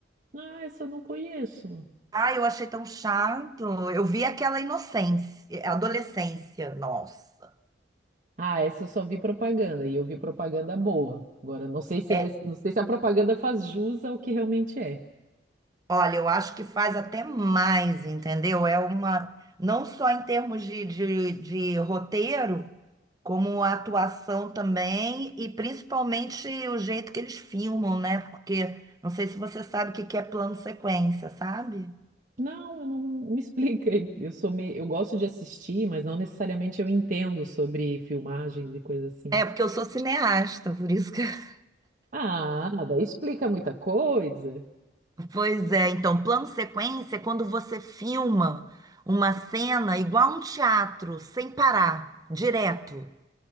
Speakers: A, on the right (about 45°); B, on the right (about 20°).
A: Ah, essa eu não conheço.
B: Ah, eu achei tão chato. Eu vi aquela inocência, adolescência, nossa.
A: Ah, essa eu só vi propaganda e eu vi propaganda boa. Agora, não sei se
B: É,
A: é, não sei se a propaganda faz jus ao que realmente é.
B: olha, eu acho que faz até mais, entendeu? É uma, não só em termos de, de, de roteiro, como a atuação também, e principalmente o jeito que eles filmam, né? Porque não sei se você sabe o que que é plano sequência, sabe?
A: Não, eu não me explica. Eu sou meio, eu gosto de assistir, mas não necessariamente eu entendo sobre filmagens e coisa assim.
B: É, porque eu sou cineasta, por isso que. <laughs>
A: Ah, daí explica muita coisa.
B: Pois é, então, plano sequência é quando você filma uma cena igual a um teatro, sem parar, direto.